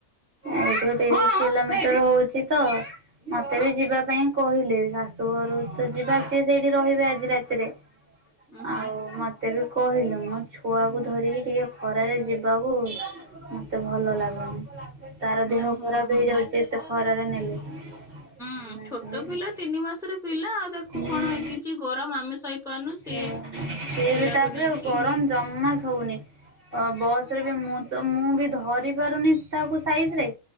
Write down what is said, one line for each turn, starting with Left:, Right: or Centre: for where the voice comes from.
Right: ଏଠୁ ତିରିଶ୍ କିଲୋମିଟର ହଉଛି ତ ମତେ ବି ଯିବା ପାଇଁ କହିଲି ଶାଶୁ ଘରୁ ଚା ଯିବା ସିଏ ସେଇଠି ରହିବେ ଆଜି ରାତିରେ
Centre: ଉଁ ହୁଁ
Right: ଆଉ ମତେ ବି କହିଲୁ ମୋ ଛୁଆକୁ ଧରିକି ଟିକେ ଖରାରେ ଯିବାକୁ ମତେ ଭଲ ଲାଗୁନି। ତାର
Centre: ହୁଁ
Right: ଦେହ
Centre: ହୁଁ।
Right: ଖରାପ୍ ହେଇଯାଉଛି ଏତେ ଖରାରେ ନେଲେ। ସେମାନେ
Centre: ହୁଁ ଛୋଟ
Right: ବି
Centre: ପିଲା ତିନି ମାସରେ ପିଲା ଆଉ ତାକୁ
Right: ହୁଁ
Centre: କଣ ନିଜେ ଗରମ ଆମେ ସହି ପାରୁନୁ
Right: ସେ
Centre: ସିଏ
Right: ସେ
Centre: ପିଲାକୁ
Right: ବି ତାପରେ
Centre: ନେଇକି
Right: ଗରମ ଜମା ଶୋଉନି। ଅ ବସ ରେ ବି ମୁଁ ତ ମୁଁ ବି ଧରି ପାରୁନି ତାକୁ ସାଇଜ଼ ରେ।